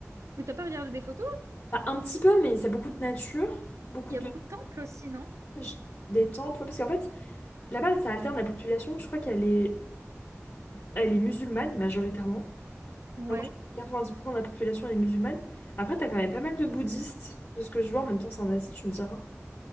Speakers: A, on the right; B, on the left.
A: Mais t'as pas regardé des photos?
B: Bah, un petit peu, mais ça a beaucoup de nature, beaucoup
A: Il
B: de.
A: y a beaucoup de temples aussi, non?
B: j- des temples, ouais, parce qu'en fait, là-bas, ça alterne la population. Je crois qu'elle est, elle est musulmane majoritairement.
A: Ouais.
B: Vraiment, je crois que 90% de la population est musulmane. Après, t'as quand même pas mal de bouddhistes, de ce que je vois. En même temps, c'est en Asie, tu me diras.